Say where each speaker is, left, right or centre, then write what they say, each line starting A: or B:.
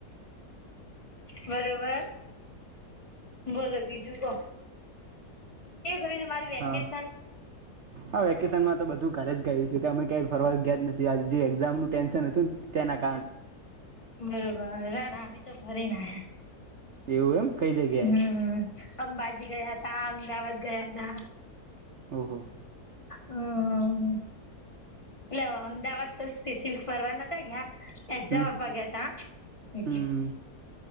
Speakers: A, on the left; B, on the right.
A: બરોબર બોલો બીજું કો. તમારું વેકેશન?
B: હા હા વેકેશન માં તો બધું ઘરે જ ગયું છે કે અમે કઈ ફરવા ગયાજ નથી. જે એક્ઝામ નનું ટેન્ <inaudible>
A: બરોબર રા <unintelligible> મી તો ભરીને આયા
B: જ એવું એમ કઈ જગ્યાએ
A: હમ અંબાજી ગયા હતા. ત અમદાવાદ ગયા હતા.
B: ઓહ.
A: હમ એટલે અમદાવાદ તો સ્પેસિફિક ફરવા નતા ગયા. એક્ઝામ
B: હમ
A: આપવા ગયા ત
B: હમ
A: હ.
B: હમ